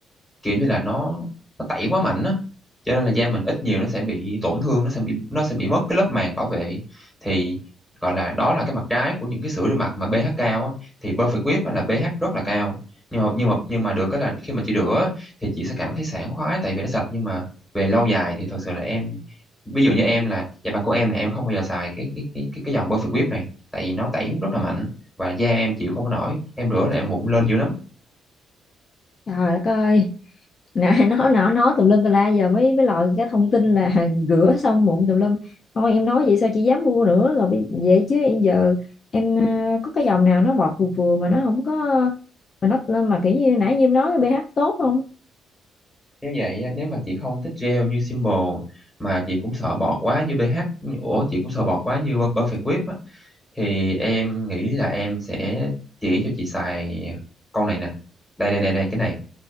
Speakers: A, in the centre; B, on the left.
A: kiểu như là nó nó tẩy quá mạnh á cho nên là da mình ít nhiều nó sẽ bị tổn thương nó sẽ bị nó sẽ bị mất cái lớp màng bảo vệ thì gọi là đó là cái mặt trái của những cái sữa rửa mặt mà pH cao á thì Perfect Whip á là pH rất là cao nhưng mà nhưng mà nhưng mà được cái là khi mà chị rửa á, thì chị sẽ cảm thấy sảng khoái tại vì nó sạch nhưng mà về lâu dài thì thật sự là em ví dụ như em là da mặt của em là em không bao giờ xài cái cái cái cái cái dòng Perfect Whip này tại vì nó tẩy rất là mạnh và da em chịu không có nổi em rửa là em mụn lên dữ lắm
B: Trời đất ơi, nãy nói nói nói <laughs> tùm lum tùm la giờ mới mới lòi cái thông tin là <laughs> rửa xong mụn tùm lum. Thôi em nói vậy sao chị dám mua nữa rồi bây- vậy chứ em giờ em ờ, có cái dòng nào nó bọt vừa vừa mà nó không có mà nó mà kiểu như nãy như em nói pH tốt không?
A: Nếu vậy á, nếu mà chị không thích gel như Simple mà chị cũng sợ bọt quá như BH ủa chị cũng sợ bọt quá như Per- Perfect Whip á, thì em nghĩ là em sẽ chỉ cho chị xài con này nè. Đây đây đây đây cái này.